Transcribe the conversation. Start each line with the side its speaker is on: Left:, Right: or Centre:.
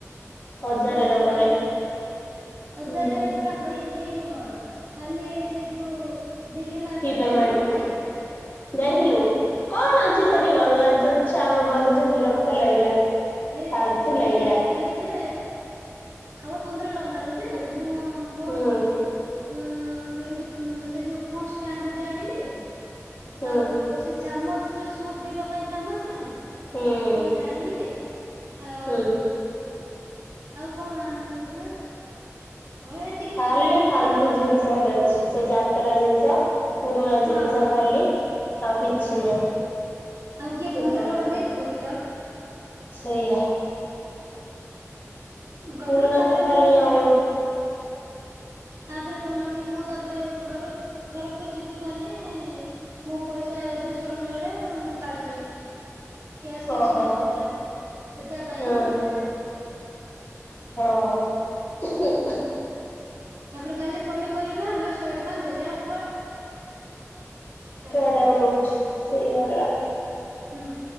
Left: ହଜାର
Right: ପଇସା
Left: ର କରେ।
Right: ନାହିଁ ହଜାରେ
Left: ହୁଁ ହୁଁ
Right: ଏକା ହେଇନି ମୋର। କାଲି ସେ ଯୋଉ ଦିଲ୍ଲୀ ମାର୍କେଟ
Left: ଫି ପମେଣ୍ଟ
Right: ଯାଇଥିଲୁ କି ନାଇଁ
Left: ଯାଇଥିଲୁ କଣ ଅଛି
Right: ହଁ
Left: ସେଠି
Right: ଦିଲ୍ଲୀ
Left: ଗଲ ଏଯୋ ଚାରୁ ଗଲି ଯେ ବିରକ୍ତ ଲାଗିଲା।
Right: ହେ
Left: ଫାଲତୁ
Right: ସେଠି
Left: ଲାଗିଲା
Right: ଯାଇଥିଲେ ଯେ ଶହ ପନ୍ଦର ଟଙ୍କାର ଯେ ମୁଁ କଣ
Left: ହୁଁ
Right: କିଣିଲି ଉନ୍ ଏମତି ଯୋଉ ଫୋନ୍ ଗୋଟେ ଆଣିଲି
Left: ହୁଁ
Right: ଆଉ ସେ ଚାମଚ ଯୋଉ ସୁପ୍ ପିଇବା ପାଇଁ ଚାମଚରେ
Left: ହୁଁ ହୁଁ।
Right: ସେଇଟା ଆଣିଲି ଆଉ
Left: ହୁଁ।
Right: ଆଉ କଣ ଆଣିଲି ଯେ? ହଁ ଏତିକି
Left: ଖାଲି
Right: ବୋଧେ ଆଣିଲି
Left: ଫାଲତୁ
Right: ଆଉ
Left: ଜିନିଷ ଗଟେ ଅଛି ସେ ଯାତ୍ରା ଜିନିଷ ପୁରୁଣା
Right: ହଁ
Left: ଜିନିଷ
Right: ହଁ
Left: ଖାଲି ଆଉ କିଛି
Right: ହୁଁ
Left: ନାହିଁ।
Right: ଆଉ କିଏ
Left: ସେତକ
Right: ପନ୍ଦର ଟଙ୍କା ଦେଇଦବ କିଲୋ?
Left: ସେଇଆ
Right: ଗଲୁ
Left: ପୁରୁଣା
Right: ତାପରେ
Left: ତ ଖାଲି
Right: ମୁଁ
Left: ଆଉ
Right: ତାପରେ କଣ କି ମୁଁ ତାପରେ ଘରୁ ଘରକୁ ଯିବି ବୋଲିଲି ମୋ ପଇସା ଦୁଇଶହ ଟଙ୍କା ଟା କାଢିଲି କ୍ୟାସ୍ କିଛି
Left: ଓହୋ
Right: ନଥିଲା
Left: ହୋ
Right: ସେଟା ପାଇଁ
Left: ହୁଁ
Right: ହେଲାଣି।
Left: ହଉ
Right: ତାପରେ କାଲି ପନିପରିବା ହେ ଶହେ ଟଙ୍କା ଦେଲି ଆଉ କୁ
Left: କୁଆଡେ
Right: ହବ।
Left: ଆଉ ରହୁଛି ସେଇଆ ଗଡା
Right: ହୁଁ